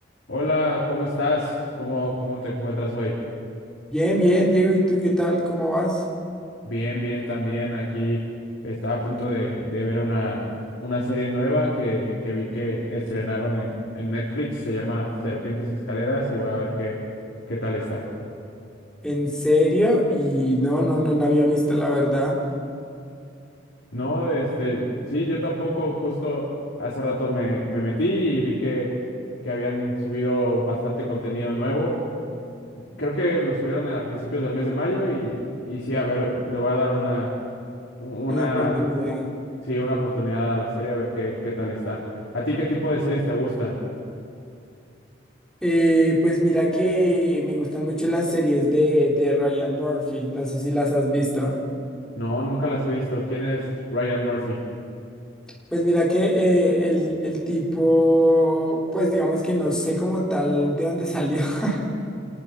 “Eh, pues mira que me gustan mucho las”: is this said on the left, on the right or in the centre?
Centre